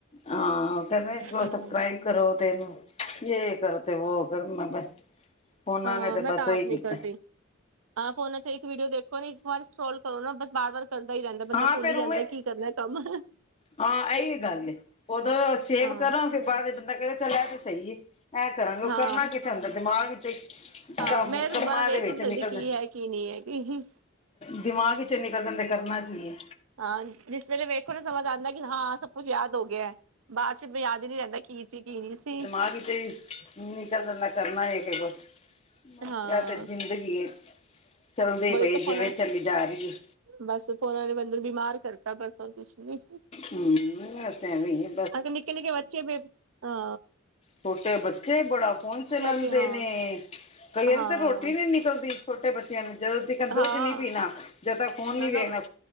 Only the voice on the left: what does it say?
ਹਾਂ ਕਹਿੰਦੇ ਨੇ ਸਬਸਕਰਾਈਬ
ਕਰੋ ਤੇ ਇਹਨੂੰ ਜੇ ਕਰੋ, ਤੇ ਉਹ ਕਰੋ, ਮੈਂ ਬਸ ਉਹਨਾਂ
ਨੇ ਤੇ
ਬਸ
ਉਹੀ
ਕੀਤਾ
ਹਾਂ
ਫੇਰ
ਉਵੇਂ
ਹਾਂ ਇਹੀ ਗੱਲ ਹੈ, ਉਦੋਂ ਸੇਵ
ਕਰੋ ਫਿਰ ਬਾਅਦ ਵਿਚ ਦੇ ਬੰਦਾ ਕਹਿੰਦਾ ਦਾ ਚੱਲ ਇਹ ਵੀ ਸਹੀ ਹੈ ਐਂ ਕਰਾਂਗੇ, ਉਹ
ਕਰਨਾ ਕਿਥੇ ਹੁੰਦਾ ਅੰਦਰ ਦਿਮਾਗ ਵਿੱਚ ਹੀ
ਕੰਮ
ਕੰਮਾਂ
ਦੇ ਵਿੱਚ
ਨਿਕਲਦਾ
ਦਿਮਾਗ ਚ ਨਿਕਲ ਜਾਂਦਾ ਕਰਨਾ ਕੀ ਹੈ
ਹਾਂਜੀ <unintelligible> ਨਿਕਲ ਜਾਂਦਾ, ਕਰਨਾ ਹੀ ਕਿ ਕੁਛ <unintelligible> ਬਸ
ਇਹ ਤੇ ਜ਼ਿੰਦਗੀ ਐ, ਚੱਲਦੇ ਹੀ
ਪਏ
ਜਿਵੇਂ ਚੱਲੀ ਜਾ ਰਹੀ ਹੈ।
ਹੂੰਮ, ਬਸ ਐਵੇਂ ਹੀ ਆ
ਛੋਟੇ ਬੱਚੇ ਬੜਾ ਫੋਨ ਚਲਾਉਂਦੇ
ਨੇ! ਕਈਆਂ
ਨੂੰ ਤਾਂ ਰੋਟੀ ਨੀ ਨਿਕਲਦੀ ਛੋਟੇ ਬੱਚਿਆਂ ਨੂੰ, ਜਦੋਂ ਤੱਕ
ਦੁੱਧ ਨੀ ਪੀਣਾ ਜਦੋਂ ਤੱਕ ਫੋਨ ਨੀ
ਵੇਖਣਾ,